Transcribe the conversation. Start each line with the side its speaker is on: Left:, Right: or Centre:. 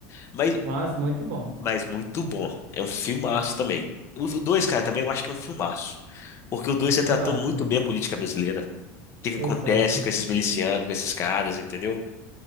Left: Mas,
Right: Mas muito bom,
Left: mas muito bom. É um filmaço também. O o dois, cara, também eu acho que é um filmaço. Porque o dois retratou
Right: eu acho,
Left: muito
Right: velho.
Left: bem a política brasileira. O que que
Right: Exato,
Left: acontece
Right: exato,
Left: com esses milicianos, com esses caras, entendeu?